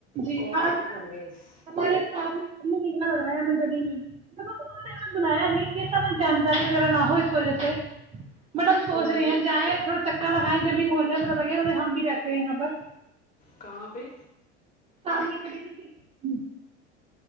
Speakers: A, on the right (about 15°); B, on the left (about 20°).
A: جی
B: کال
A: آج
B: ان
A: نا
B: پروگریس
A: ہمارے سامنے نکنا لگ رہا ہے گلی میں مل ان نے بلایا نہیں کہ س م جانکاری وغیرہ نہ ہو اس وجہ سے میڈم سوچ
B: جنہوں
A: رہی
B: نے
A: ہیں جائےیں تھوڑا چکر لگیں جلدی محولل میں پتا لگے انہیں ہم بھی رہتے ہیں یہاں پر
B: کہاں پہ
A: سامنے گی میں